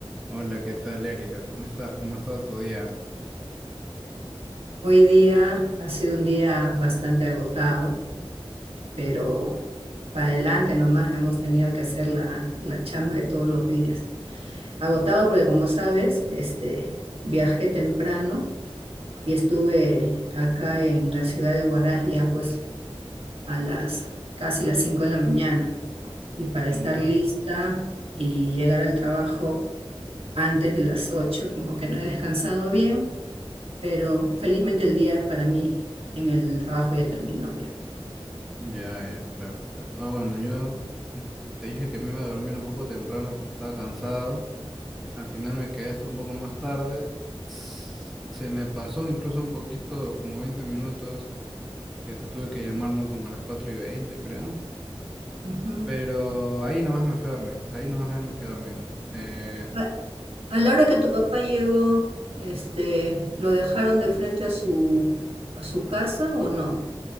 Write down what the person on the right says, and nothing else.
Hoy día ha sido un día bastante agotado, pero para adelante nomás hemos tenido que hacer la, la chamba de todos los días. Agotado porque como sabes, este, viajé temprano y estuve acá en la ciudad de Huaraz ya pues a las casi las cinco de la mañana y para estar
lista y llegar al trabajo antes de las 8 como que no he descansado bien, pero felizmente el día para mí en el trabajo ya terminó ya.
Ujú.
A, a la hora que tu papá llegó, este, ¿lo dejaron de frente a su, a su casa o no?